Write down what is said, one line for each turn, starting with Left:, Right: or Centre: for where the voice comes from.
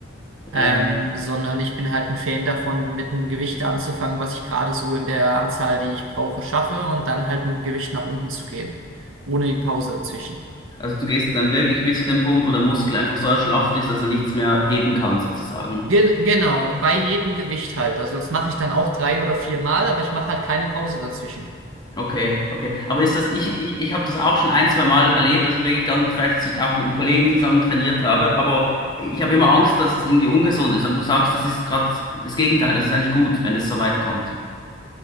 Left: Ja.
Right: Ähm, sondern ich bin halt ein Fan davon, mit einem Gewicht anzufangen, was ich gerade so in der Anzahl, die ich brauche, schaffe und dann halt mit dem Gewicht nach unten zu gehen, ohne die Pause dazwischen.
Left: Also du gehst dann wirklich bis zu dem Punkt, wo der Muskel einfach so erschlafft ist, dass er nichts mehr heben kann, sozusagen.
Right: Ge genau, bei jedem Gewicht halt. Also das mache ich dann auch drei oder vier Mal, aber ich mache halt keine Pause dazwischen.
Left: Okay, okay. Aber ist das, ich,
Right: Ja.
Left: ich, ich habe das auch schon ein, zwei Mal erlebt, dass ich wirklich dann vielleicht zu- auch mit einem Kollegen zusammen trainiert habe, aber ich habe immer Angst, dass das irgendwie ungesund ist. Aber du sagst, das ist gerade das Gegenteil, das ist eigentlich gut, wenn es so weit kommt.